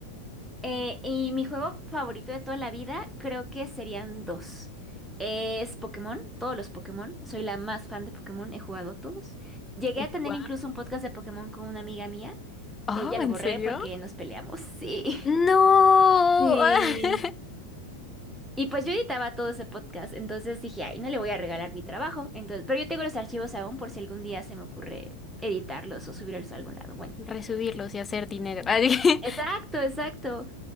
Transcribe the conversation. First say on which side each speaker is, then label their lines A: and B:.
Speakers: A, in the centre; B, on the left (about 15°).
A: Eh, y mi juego favorito de toda la vida creo que serían dos. Es Pokémon, todos los Pokémon. Soy la más fan de Pokémon, he jugado todos. Llegué
B: Wow.
A: a tener incluso un podcast de Pokémon con una amiga mía.
B: Oh,
A: Ella lo
B: ¿en
A: borré
B: serio?
A: porque nos peleamos, sí.
B: No.
A: <laughs> Sí.
B: <laughs>
A: Y pues yo editaba todo ese podcast, entonces dije, ay, no le voy a regalar mi trabajo. Entonces, pero yo tengo los archivos aún por si algún día se me ocurre editarlos o subirlos a algún lado. Bueno,
B: Resubirlos
A: y-
B: y hacer dinero. <laughs> Ah, dije-
A: exacto, exacto.